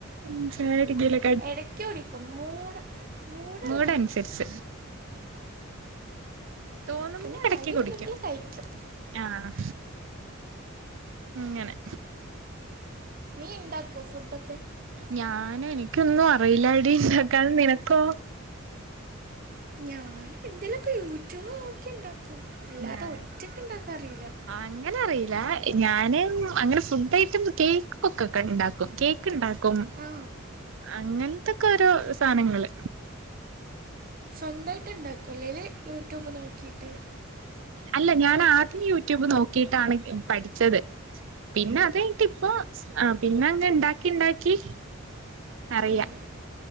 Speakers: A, on the right (about 65°); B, on the right (about 45°).
A: മ് ചായ കുടിക്കൂലെ?
B: എടക്ക് കുടിക്കും മൂട് മൂട്
A: മൂടനുസരിച്ച്
B: ഇണ്ടാകുമ്പോക്കെ.
A: തോന്നുമ്പോ
B: പിന്നെ
A: ഇടക്ക്
B: കടി
A: കുടിക്കും
B: ഇണ്ടെങ്കില് കഴിക്കും.
A: ആഹ് ഇങ്ങനെ
B: നീ ഇണ്ടാക്കുവോ ഫുഡൊക്കെ?
A: ഞാന് എനിക്കൊന്നും അറിയില്ലാടി ഇണ്ടാക്കാൻ, നിനക്കോ?
B: ഞാൻ എന്തേലൊക്കെ യൂട്യൂബ് നോക്കി ഇണ്ടാക്കും, അല്ലാതെ
A: ഞാൻ
B: ഒറ്റക്ക് ഇണ്ടാക്കാ അറിയില്ല.
A: അങ്ങനെ അറിയില്ല, ഞാന് അങ്ങനെ ഫുഡ് ഐറ്റം കേക്ക് <unintelligible> ഒക്കെ ഇണ്ടാക്കും, കേക്ക് ഇണ്ടാ ക്കും
B: ആ
A: അങ്ങനത്തൊക്കെ ഓരോ
B: കേക്ക്
A: സാനങ്ങള്.
B: സ്വന്തായിട്ട് ഇണ്ടാക്കോ, അല്ലേല് യൂട്യൂബ് നോക്കിയിട്ട്
A: അല്ല ഞാൻ ആദ്യം യൂട്യൂബ് നോക്കിയിട്ടാണ് പഠിച്ചത്. പിന്നെ അത് കയിഞ്ഞിട്ട് ഇപ്പോ ആ പിന്ന അങ്ങ് ഇണ്ടാക്കി ഇണ്ടാക്കി അറിയാം
B: മ്